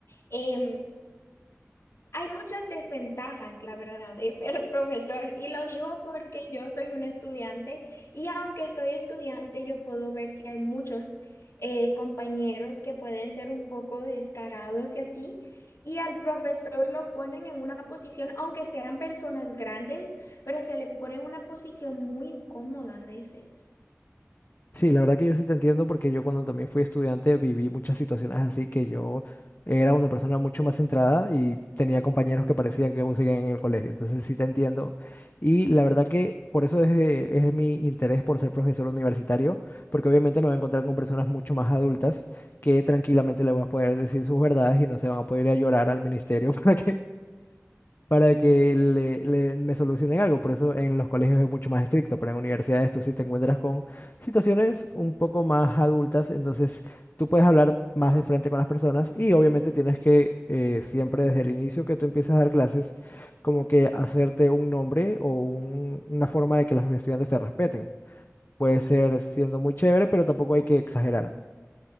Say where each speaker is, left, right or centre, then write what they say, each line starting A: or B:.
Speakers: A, on the left; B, on the left.
A: em, Hay muchas desventajas, la verdad, de ser <laughs> profesor y lo digo porque yo soy una estudiante y aunque soy estudiante yo puedo ver que hay muchos eh, compañeros que pueden ser un poco descarados y así y al profesor lo ponen en una posición, aunque sean personas grandes, pero se le pone en una posición muy incómoda a veces.
B: Sí, la verdad que yo sí te entiendo porque yo cuando también fui estudiante viví muchas situaciones así que yo era una persona mucho más centrada y tenía compañeros que parecían que aún seguían en el colegio. Entonces sí te entiendo. Y la verdad que por eso es, eh, es mi interés por ser profesor universitario, porque obviamente me voy a encontrar con personas mucho más adultas que tranquilamente le voy a poder decir sus verdades y no se van a poder ir a llorar al ministerio <laughs> para que para que le, le- me solucionen algo. Por eso en los colegios es mucho más estricto, pero en universidades tú sí te encuentras con situaciones un poco más adultas, entonces tú puedes hablar más de frente con las personas y obviamente tienes que eh, siempre desde el inicio que tú empiezas a dar clases, como que hacerte un nombre o un- una forma de que los estudiantes te respeten. Puede ser siendo muy chévere, pero tampoco hay que exagerar.